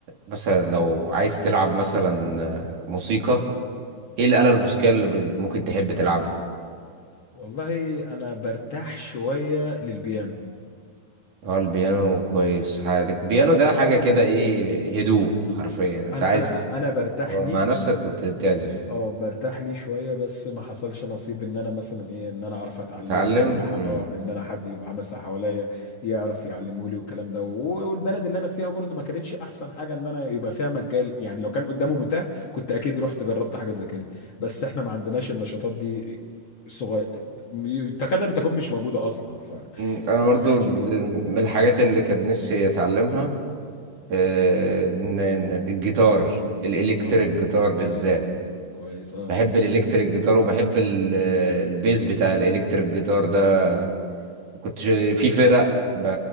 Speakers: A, on the right (about 55°); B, on the left (about 50°).
A: مثلا لو عايز تلعب مثلا موسيقى ايه الآلة الموسيقية اللي ب- ممكن تحب تلعبها
B: والله انا برتاح شويه للبيانو
A: اه البيانو كويس حياتك البيانو ده حاجة كده ايه هدوء حرفيا انت
B: انا
A: عايز
B: انا انا برتاح
A: تبقى
B: ليه
A: مع نفسك وتعزف
B: اه برتاح ليه شويه بس ما حصلش نصيب ان انا مثلا ايه ان انا اعرف اتعلمه
A: تتعلم
B: ان انا ح-
A: مم.
B: اه ان انا حد يبقى مثلا حواليا يعرف يعلمه لي والكلام ده و- والبلد اللي انا فيها برضو ما كانتش احسن حاجه ان انا يبقى فيها مجال يعني لو كان قدامه متاح كنت اكيد رحت جربت حاجه زي كده بس احنا ما عندناش النشاطات دي صغير تكاد ان تكون مش موجوده اصلا ف...
A: مم. انا
B: فما
A: برضو
B: ساعدش
A: ال-
B: فيها
A: من الحاجات اللي كان نفسي اتعلمها آه، إن- إن الجيتار الالكتريك
B: اه
A: جيتار بالذات
B: كويس اه
A: بحب الالكتريك جيتار وبحب ال- البيز بتاع الالكتريك جيتار ده كنت ش- في فرق ب...